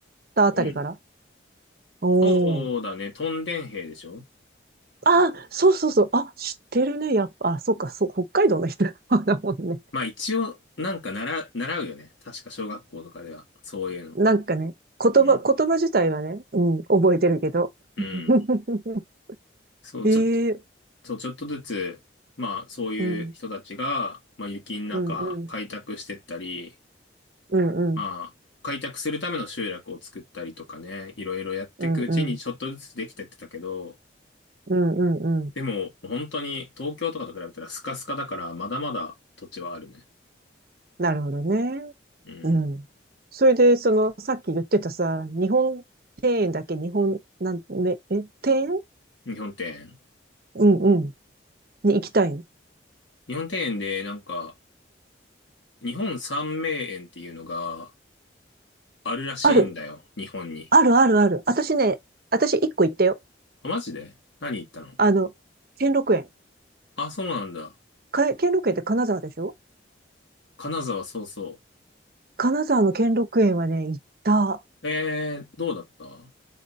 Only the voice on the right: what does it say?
たあたりから
おー。
ああ、そうそうそう。あ、知ってるね。やっぱ、あ、そうか、そう、北海道の人 <laughs> まだもんね。
なんかね、言葉、
言葉自体はね、うん、覚えてるけど。
<laughs>
ええ
うん、
うん、うん、うん、うん、
うん、うん、うん、うんうん。
なるほどね。
うん。それで、その、さっき言ってたさ、日本庭園だっけ日本、なん、ね、え、庭園
うんうん。に行きたいの。
ある。
あるあるある。私ね、私一個行ったよ。
あの、兼六園。
か兼六園って金沢でしょ
金沢の兼六園はね、行った。